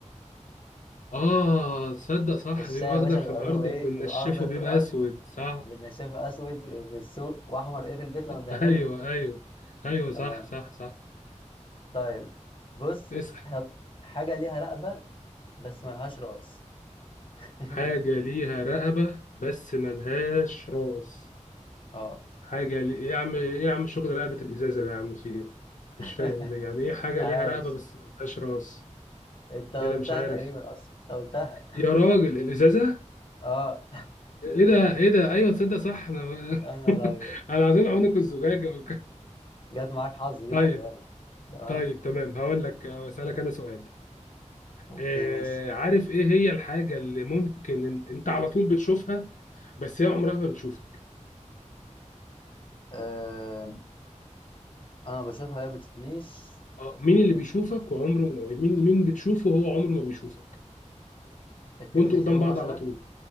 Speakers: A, on the left; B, on the left.
A: اه تصدق صح
B: الشاي
A: بيبقى
B: يا
A: اخضر
B: باشا
A: في
B: بيبقى
A: الارض
B: لونه ايه
A: وبننشفه
B: بيبقى اخضر
A: بيبقى
B: في الارض
A: اسود صح
B: بالنشافه اسود في السوق واحمر ايه في البيت لما بنعمله
A: ايوه ايوه ايوه
B: تمام
A: صح صح صح
B: طيب بص
A: اسأل
B: طب حاجه ليها رقبه بس ملهاش راس <laughs>
A: حاجة ليها رقبة بس ملهاش راس
B: اه
A: حاجة لي... إيه يا عم ايه يا عم شغل رقبة الازازة ده يا عم في ايه
B: <laughs>
A: مش فاهم يعني ايه حاجة
B: عاش
A: ليها رقبة بس ملهاش راس
B: انت قلتها
A: ايه ده مش عارف
B: تقريبا اصلا انت قلتها
A: يا راجل الازازة
B: اه
A: ايه ده ايه ده ايوه تصدق صح انا
B: انا
A: <laughs>
B: ابيض
A: انا عايزين عنق الزجاجة
B: جت معاك حظ
A: <laughs>
B: دي
A: طيب
B: خلي بالك تمام
A: طيب تمام هقول لك اسالك انا سؤال
B: اوكي
A: آه،
B: ماشي
A: عارف ايه هي الحاجة اللي ممكن إن- انت على طول بتشوفها بس هي عمرها ما بتشوفك
B: آه انا بشوفها هي ما بتشوفنيش
A: اه مين اللي
B: م-
A: بيشوفك وعمره مين مين بتشوفه وهو عمره ما بيشوفك
B: التلفزيون
A: وانتوا قدام بعض
B: مثلا
A: على طول